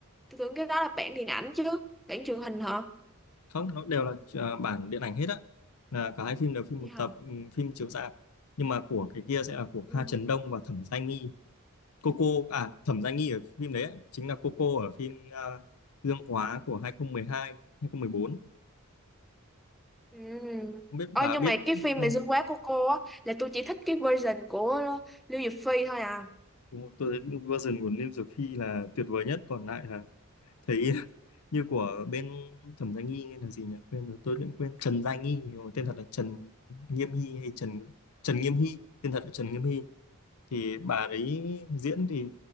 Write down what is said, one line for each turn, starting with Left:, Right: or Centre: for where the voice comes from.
Centre: tôi tưởng cái đó là bản điện ảnh chứ bản truyền hình hả
Left: không nó đều là ờ, bản điện ảnh hết á là cả hai phim đều phim
Centre: vậy
Left: một
Centre: hả
Left: tập ừm, phim chiếu rạp nhưng mà của cái kia sẽ là của Kha
Centre: ừ.
Left: Trần Đông và Thẩm Gia Nghi Coco à Thẩm Gia Nghi ở phim đấy á, chính là Coco ở phim ờ, Gương Quá của 2012 2014 không một bốn,
Centre: ừ.
Left: không biết bà
Centre: Ờ, nhưng
Left: biết
Centre: mà cái phim
Left: không
Centre: mà Dương Quá của cô á là tôi chỉ thích cái version của Lưu Diệc Phi thôi à
Left: Đúng không? tôi thấy version của Lim Dược Phi là tuyệt vời nhất còn lại là thấy <laughs> như của bên Thẩm Gia Nghi là gì nhỉ quên rồi tôi cũng quên Trần Gia Nghi nhưng mà tên thật là Trần Nghiêm Hy hay Trần Trần Nghiêm Hy tên thật là Trần Nghiêm Hy thì bà ấy diễn thì